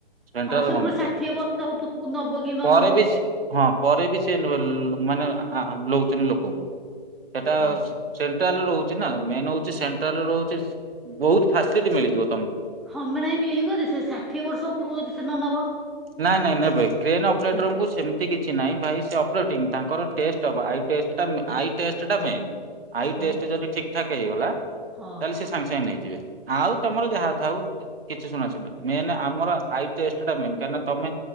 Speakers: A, on the right (about 65°); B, in the centre.
A: ସେଣ୍ଟ୍ରାଲ
B: ହଁ ସେ
A: ଗମେଣ୍ଟ
B: ପୁଣି ଷାଠିଏ
A: ଚାକିରି
B: ବର୍ଷ ଉପରକୁ ନବ କି ନ
A: ପରେ
B: ନବ
A: ବି ସ୍ ହଁ ପରେ ବି ସେ ଲ ମାନେ ହଁ ଲଉଚନ୍ତି ଲୋକଙ୍କୁ ସେଟା
B: ଓ
A: ସେ ଟ୍ରାଲ ରହୁଚି ନା ମେନ ହଉଚି ସେଣ୍ଟ୍ରାଲ ରହୁଚି ସି ବହୁତ ଫାସିଲିଟ୍ ମିଳି ଯିବ।
B: ହଁ ମ ନାଇଁ ମିଳିବ ଯେ ସେ ଷାଠିଏ ବର୍ଷ ଓପରକୁ ଯଦି ସେ ନ ନବ?
A: ନାଇଁ ନାଇଁ ନେବେ କ୍ରେନ ଅପରେଟ୍ରଙ୍କୁ
B: ନେବେ
A: ସେମିତି କିଛି ନାଇଁ ଭାଇ ସଵ୍ ତାଙ୍କର ଟିମ୍ ତାଙ୍କର ଟେଷ୍ଟ ହବ ଆଇ ଚେଷ୍ଟ ଟା ମେ ଆଇ ଟେଷ୍ଟ ଟା ମେନ୍। ଆଇ ଟେଷ୍ଟ
B: ଓହୋ
A: ଯଦି ଠିକ ଠାକ ହେଇଗଲା ତା
B: ହଁ
A: ହେଲେ
B: ହଁ
A: ସେ ସାଙ୍ଗେ ସାଙ୍ଗେ ନେଇଯିବେ। ଆଉ ତମର ଯାହା ଥାଉ। କିଛି ଶୁଣା ଶୁଣି ନାଇଁ ମେନ ଆମର ଆଇ ଟେଷ୍ଟ ଟା ମେନ୍ କାଇଁନା ତମେ